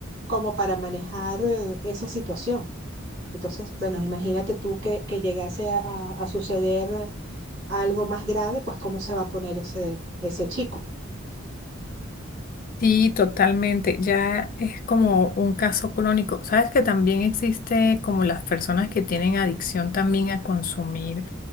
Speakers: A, on the right; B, on the left.
A: como para manejar eh, esa situación. Entonces, bueno, imagínate tú que, que llegase a, a- a suceder algo más grave, pues cómo se va a poner ese, ese chico.
B: Sí, totalmente. Ya es como un caso crónico. Sabes que también existe como las personas que tienen adicción también a consumir